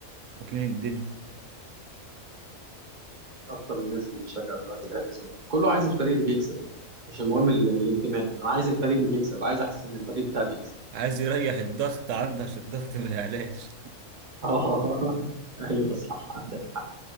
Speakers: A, on the right; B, on the right.
A: واكلين الدنيا
B: اكتر الناس اللي بتشجع دلوقتي الاهلي والزمالك كله عايز الفريق اللي بيكسب مش المهم ال- الانتماء انا عايز الفريق اللي بيكسب عايز احس ان الفريق بتاعي بيكسب
A: عايز يريح الضغط عنده عشان الضغط ما يعلاش
B: <laughs> اه ايوه صح عندك حق